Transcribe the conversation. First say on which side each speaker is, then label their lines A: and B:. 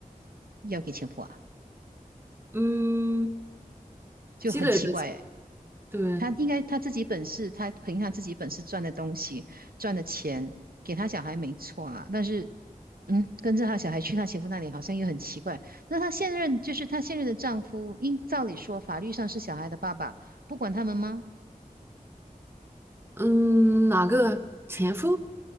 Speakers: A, on the right; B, on the right.
A: 要给前夫啊，
B: 嗯，
A: 就很奇怪诶。
B: 积累的财对，
A: 她应该她自己本事，她凭她自己本事赚的东西赚的钱给她小孩没错啦，但是嗯，跟着他小孩去她前夫那里，好像又很奇怪。那她现任就是她现任的丈夫，应照理说法律上是小孩的爸爸，不管他们吗？
B: 嗯，哪个前夫？